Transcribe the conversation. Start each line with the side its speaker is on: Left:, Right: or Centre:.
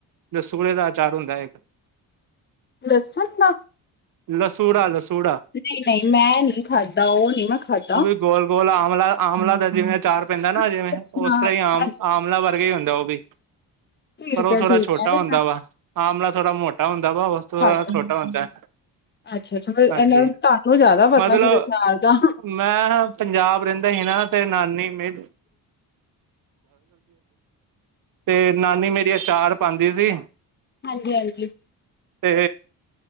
Right: ਰਸੋੜੇ ਦਾ ਅਚਾਰ ਹੁੰਦਾ ਇੱਕ।
Left: ਲਸਨ ਦਾ?
Right: ਲਸੂੜਾ, ਲਸੂੜਾ।
Left: ਨਹੀਂ- ਨਹੀਂ ਮੈਂ ਨਹੀਂ ਖਾਧਾ, ਉਹ ਨਹੀਂ ਮੈਂ ਖਾਧਾ।
Right: ਉਹ ਵੀ ਗੋਲ- ਗੋਲ ਆਮਲਾ, ਆਮਲਾ ਦਾ ਜਿਵੇਂ ਅਚਾਰ ਪੈਂਦਾ ਨਾ
Left: ਅੱਛਾ
Right: ਜਿਵੇਂ,
Left: ਅੱਛਾ
Right: ਉਸ ਤਰਾਂ ਹੀ ਆਮ-
Left: ਅੱਛਾ
Right: ਆਮ। ਵਰਗਾ ਹੀ ਹੁੰਦਾ ਉਹ ਵੀ,
Left: ਠੀਕ
Right: ਪਰ ਉਹ
Left: ਹੈ
Right: ਥੋੜਾ
Left: ਠੀਕ
Right: ਛੋਟਾ
Left: ਹੈ ਨਹੀਂ
Right: ਹੁੰਦਾ
Left: ਮੈਂ
Right: ਵਾ। ਆਮਲਾ ਥੋੜਾ ਮੋਟਾ ਹੁੰਦਾ ਵਾ। ਓਸਤੂ ਥੋੜਾ
Left: ਖਾ ਲਵਾਂ।
Right: ਛੋਟਾ ਹੁੰਦਾ।
Left: ਅੱਛਾ- ਅੱਛਾ ਫੇਰ
Right: ਹਾਂਜੀ
Left: ਇਹਨੇ ਤੁਹਾਨੂੰ ਜ਼ਿਆਦਾ
Right: ਮਤਲਬ
Left: ਪਤਾ ਫੇਰ ਅਚਾਰ ਦਾ।
Right: ਮੈਂ। ਪੰਜਾਬ ਰਹਿੰਦਾ ਈ ਨਾ, ਤੇ ਨਾਨੀ ਮੇਰੀ। ਤੇ ਨਾਨੀ ਮੇਰੀ ਆਚਾਰ ਪਾਉਂਦੀ ਸੀ।
Left: ਹਾਂਜੀ- ਹਾਂਜੀ।
Right: ਤੇ।